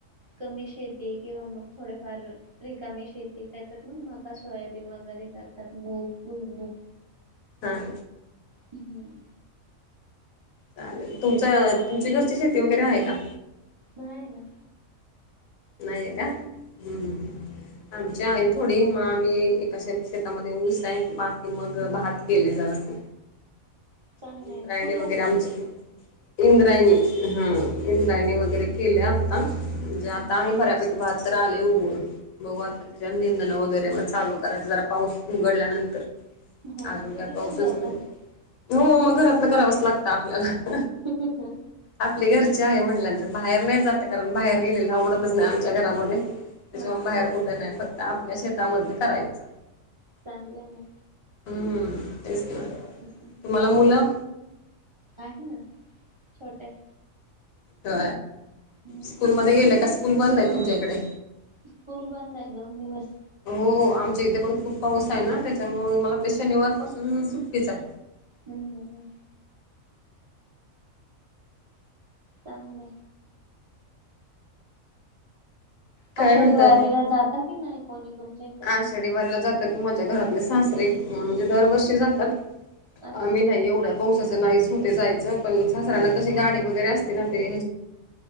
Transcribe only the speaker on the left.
हां.
चालेल तुमच्या तुमची घरची शेती वगैरे आहे कां?
नाही ये का? हम्म. आमचे आहे थोडी मग आम्ही एकाश शेतामध्ये ऊस आहे बाकी मग
भात केले जरासं.
इंद्रायणी
वगैरे
आमचे इंद्रायणी. हा इंद्रायणी वगैरे केले आता म्हणजे आता आहे बऱ्यापैकी भात. तर आले उगवून बघू आता त्यावर निंदन वगैरे मग. चालू करायच जरा पाऊस उघडल्यानंतर
अजून काय
पाऊसच
नाही. हो मग घरातन करावंच लागतं आपल्याला.
आपली घरचे आहे म्हणल्यानंतर बाहेर नाही जात, कारण बाहेर गेलेला आवडतच नाही आमच्या घरामध्ये. त्याच्या
बाहेर कुठं नाही फक्त आपल्या शेतामध करायचं.
हम्म तेच की.
तुम्हाला मुलं
ह
स्कूलमध्ये गेलं का स्कूल बंद आहे तुमच्या इकडे.
हो आमच्या इथे पण खूप पाऊस आहे ना त्याच्यामुळे मला ते शनिवारपासून सुट्टीच आहे.
काय
म्हणताय?
आषाढी वारीला जातात माझ्या घरातले सासरे म्हणजे दरवर्षी जातात.
आम्ही नाही एवढ्या पावसाचं नाहीच होते जायचं पण सासऱ्यांना कशी गाडी वगैरे असते ना ते